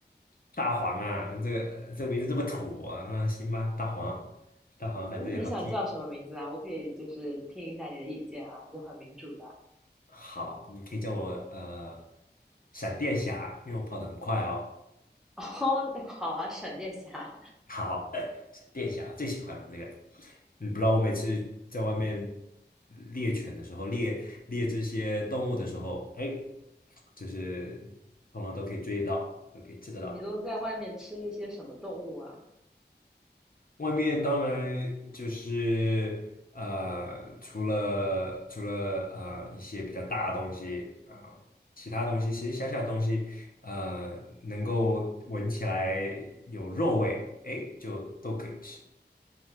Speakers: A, on the left; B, in the centre.
A: 大黄啊，这个这个名字这么土啊，那行吧，大黄，大黄，反正也好记。
B: 那你想叫什么名字啊？我可以就是听一下你的意见啊，就很民主的。<laughs>
A: 好，你可以叫我呃闪电侠，因为我跑得很快哦。
B: 哦，好啊，闪电侠，
A: 好，<laughs> 闪电侠最喜欢了那个，你不知道我每次在外面猎犬的时候，猎猎这些动物的时候，哎，就是通常都可以追得到，都可以吃得到。
B: 你都在外面吃一些什么动物啊？
A: 外面当然就是呃，除了除了呃一些比较大的东西啊、呃其他东西其实小小的东西，呃，能够闻起来有肉味，哎，就都可以吃。